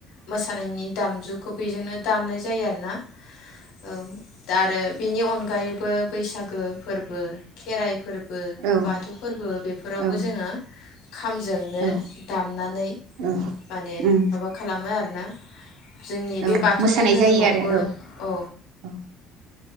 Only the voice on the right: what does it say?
औ
औ
औ
औ उम
औ
मोसानाय
जायो आरो
औ